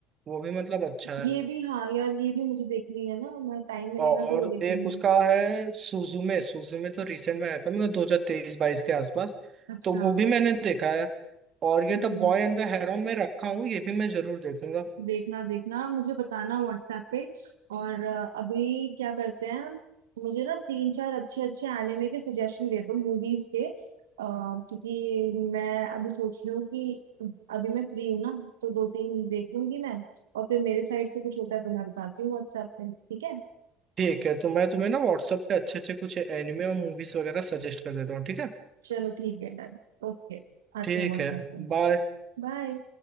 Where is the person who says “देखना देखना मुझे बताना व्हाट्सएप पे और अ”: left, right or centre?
Right